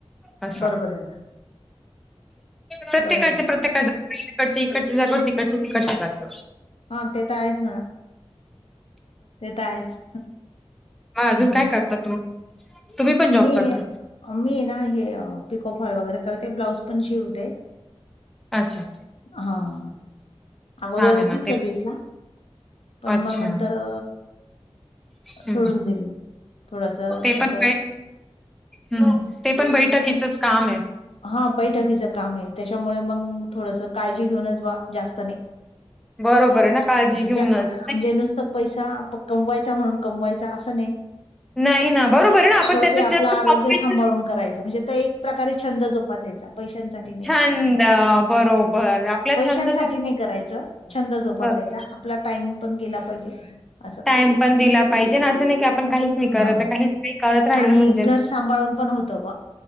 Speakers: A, in the centre; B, on the left (about 75°).
A: असं
B: बरोबर आहे ना,
A: प्रत्येकाच्या
B: बरोबर आहे.
A: प्रत्येका जाग <inaudible> इकडच्या इकडच्या जागं, तिकडच्या तिकडच्या जागं-
B: हा ते तर आहेच म्हणा, ते तर आहेच.
A: म अजून
B: हं.
A: काय करतात तुम्ही? तुम्ही पण जॉब
B: मी
A: करता
B: ऐ, मी ना हे पिको फाॅल वगैरे करते, ब्लाऊज पण शिवते.
A: अच्छा्.
B: हां. अगोदर होती
A: आहे ना ते
B: सर्विसला, पण
A: अच्छा
B: मग नंतर
A: हम्म
B: सोडून दिली, थोडस असं
A: ते पण बै हम्म, ते पण बैठकीचच काम हाय.
B: हा बैठकीचं काम हाय, त्याच्यामुळे मग थोडंस काळजी घेऊनच बा जास्त नाही.
A: बरोबर आहे ना, काळजी
B: म्हणजे
A: घेऊनच.
B: म्हणजे नुसतं पैसा कमवायचा म्हणून कमवायचा, असं नाही.
A: नाही ना बरोबर आहे ना आपण
B: शेवटी
A: त्याच्यात
B: आपलं
A: जास्त
B: आरोग्य
A: कॉम्प्रिस
B: सांभाळून करायचं, म्हणजे आता एक प्रकारे छंद जोपासायचा पैशांसाठी नाही,
A: छंद बरोबर आपला
B: पैशांसाठी
A: छंद जो
B: नाही करायचं. छंद जोपासायचा
A: बरोबर
B: आपला टाइम पण गेला पाहिजे. असं
A: टाइम पण दिला पाहिजे ना, असं नाही की आपण काहीच नाही करत.
B: ह
A: काही काही करत राहिलं
B: आणि
A: म्हणजे
B: घर सांभाळून पण होतं बा.